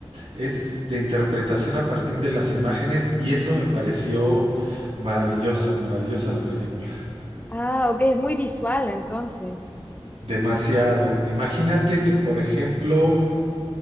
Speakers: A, on the right; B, on the left.
A: es de interpretación a partir de las imágenes, y eso me pareció maravillosa, maravillosa la película.
B: Ah, ok, es muy visual entonces.
A: Demasiado. Imagínate que, por ejemplo,